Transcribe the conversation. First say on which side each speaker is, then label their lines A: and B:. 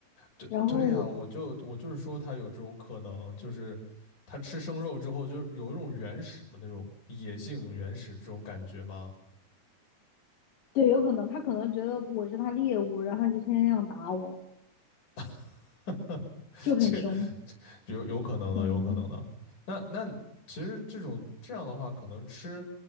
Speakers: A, on the left; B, on the left.
A: 对对呀，
B: 然后我
A: 我就我就是说他有这种可能，就是他吃生肉之后，就是有一种原始的那种野性原始这种感觉吗？
B: 对，有可能他可能觉得我是他猎物，然后就天天想打我，
A: <laughs> 哈
B: 就很凶。
A: 这有有可能的，
B: 嗯，
A: 有可能的。那那其实这种这样的话，可能吃